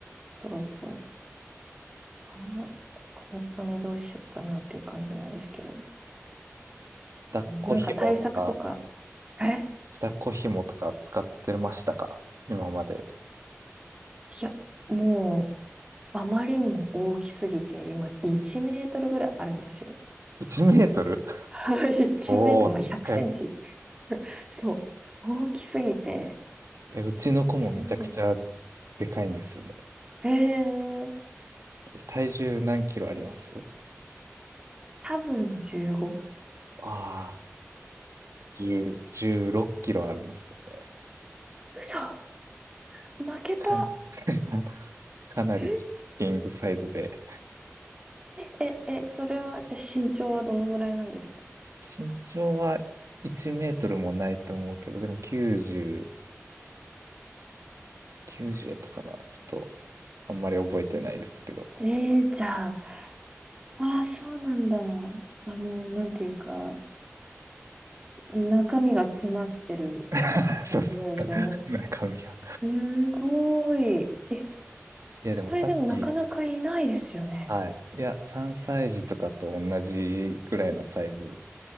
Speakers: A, on the right (about 20°); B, on the right (about 80°).
A: そうそうそう。あ本当にどうしようかなっていう感じなんですけど。
B: 抱っこ紐とか、
A: なんか対策とか、え
B: 抱っこ紐とか使ってましたか今まで。
A: いや、もう、あまりにも大きすぎて、今、1メートルぐらいあるんですよ。
B: 1メートル <laughs>
A: <laughs> 1メートル、
B: おー、
A: まあ、
B: でっかい。
A: 100センチ。そう。大きすぎて、
B: え、うちの子もめちゃくちゃ
A: 全然。
B: でかいんですよね。
A: えー、
B: え体重何キロあります
A: 多分15。
B: ああー、10、6キロあるんですよね。
A: 嘘負けた。
B: かん、<laughs> かなりキングサイズで。
A: え、え、えそれは、え身長はどのぐらいなんですか
B: 身長は1メートルもないと思うけど、でも90、90やったかなちょっと、あんまり覚えてないですけど。
A: えー、じゃあ、ああ、そうなんだ。あの、なんていうか、中身が詰まってる
B: <laughs>
A: 感じなんですね。
B: そうそう。中身が。
A: すごい。え、それでもなかなかいないですよね。
B: いや、でもさっき、はい。いや、3歳児とかと同じぐらいのサイズ